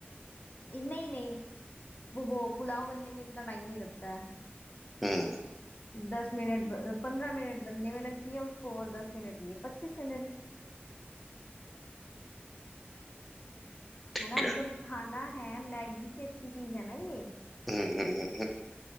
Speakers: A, on the left; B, in the centre.
A: नहीं नहीं वो वो पुलाव बनने में इतना टाइम नहीं लगता है
B: हम्म
A: दस मिनट पंद्रह मिनट बनने में लगती है उसको और दस मिनट ये पच्चीस मिनट
B: ठीक
A: है ना अब
B: है
A: जब खाना है मैगी से अच्छी चीज है ना ये
B: हम्म, हम्म, हम्म,